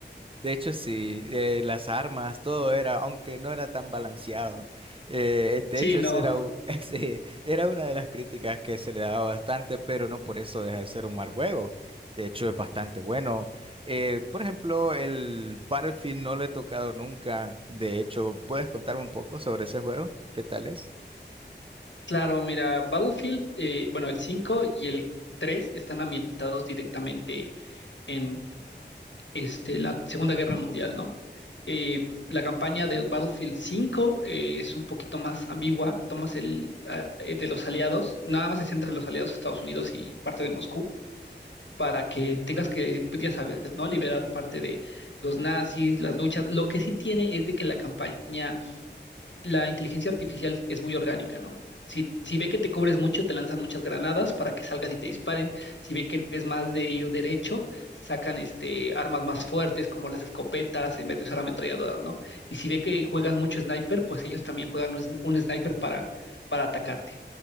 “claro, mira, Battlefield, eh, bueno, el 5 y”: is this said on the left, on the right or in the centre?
Left